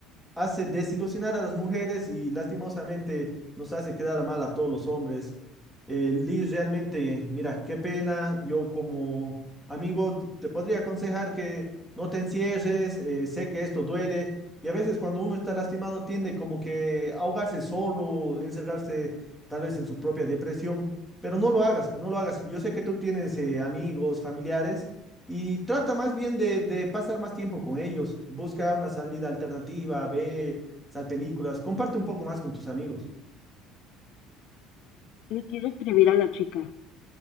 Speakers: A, in the centre; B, on the left.
A: hace desilusionar a las mujeres y lastimosamente nos hace quedar mal a todos los hombres. Eh, Liz, realmente, mira, qué pena. Yo como amigo te podría aconsejar que no te encierres. eh, sé que esto duele y a veces cuando uno está lastimado tiende como que a ahogarse solo, encerrarse tal vez en su propia depresión. Pero no lo hagas, no lo hagas. Yo sé que tú tienes eh, amigos, familiares y trata más bien de, de pasar más tiempo con ellos. Busca una salida alternativa, ve, sal películas, comparte un poco más con tus amigos.
B: Le quiero escribir a la chica.